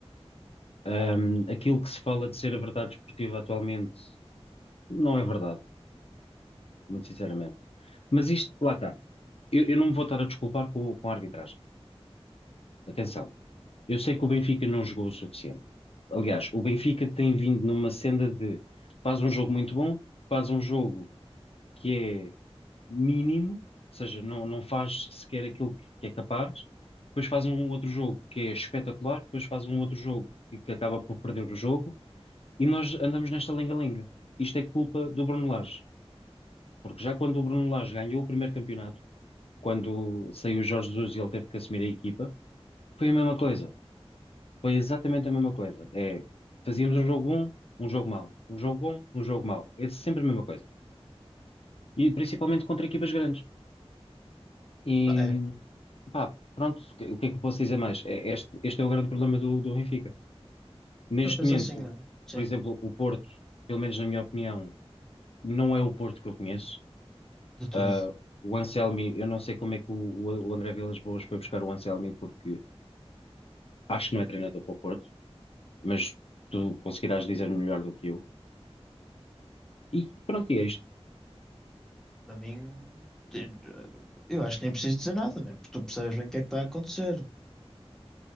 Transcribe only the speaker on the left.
Um, aquilo que se fala de ser a verdade desportiva atualmente Não é verdade, muito sinceramente. Mas isto, lá está. Eu, eu não me vou estar a desculpar com, com a arbitragem. Atenção. Eu sei que o Benfica não jogou o suficiente. Aliás, o Benfica tem vindo numa senda de faz um jogo muito bom, faz um jogo que é mínimo, ou seja, não, não faz sequer aquilo que, que é capaz, depois faz um outro jogo que é espetacular, depois faz um outro jogo que, que acaba por perder o jogo, e nós andamos nesta lenga-lenga. Isto é culpa do Bruno Lage, porque já quando o Bruno Lage ganhou o primeiro campeonato, quando saiu o Jorge Jesus e ele teve que assumir a equipa, foi a mesma coisa. Foi exatamente a mesma coisa. É, fazíamos um jogo bom, um jogo mau. Um jogo bom, um jogo mau. É sempre a mesma coisa. E principalmente contra equipas grandes. E
pá, pronto, o que o que é que eu posso dizer mais? É, este, este é o grande problema do, do Benfica. Neste
momento,
por exemplo, o Porto, pelo menos na minha opinião, não é o Porto que eu conheço.
Ah, o Anselmi, eu não sei como é que o, o, o André Vilas Boas foi buscar o Anselmi, porque acho que não é treinador para o Porto. mas tu conseguirás dizer melhor do que eu. E pronto, e é isto.